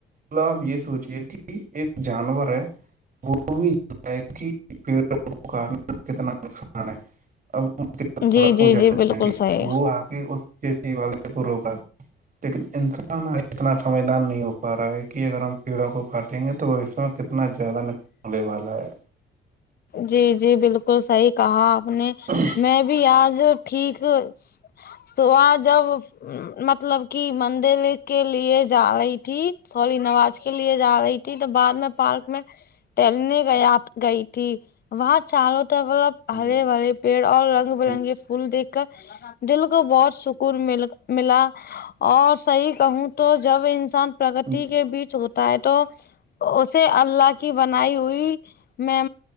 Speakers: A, on the right (about 45°); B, on the left (about 50°).
A: ب آپ یہ سوچیے کہ ایک جانور ہے وہ بھی پڑ کاٹنا کتنا نان ابڑ
B: جی جی
A: جائیں
B: جی بالکل
A: گے
B: صحیح
A: وہ آ کے جی والے کو روکا لیکن انسان اتنا سمجھان نہیں ہو پا رہا ہے کہ اگر ہم پیڑوں کو کاٹیں گے تو بوشیہ میں کتنا اتنا زیادہ نہیں پنے والا ہے
B: جی جی بالکل صحیح کہا آپ نے
A: ا
B: میں بھی آج ٹھیک س آ جب مطلب کی مندر کے لیے جا رہی تھی سوری نواز کے لیے جا رہی تھی تھی تو بعد میں پارک میں ٹہلنے گیا گئی تھی وہاں چالو تھا مطلب ہرے
A: جی
B: برے پیڑ اور رنگ برنگے
A: جی
B: پھول دیکھ کر دل کو بہت سکون مل ملا اور صحیح کہوں تو جب انسان پرگتی
A: جی
B: کے بیچ ہوتا ہوتا ہے تو اسے اللہ کی بنائی ہوئی میں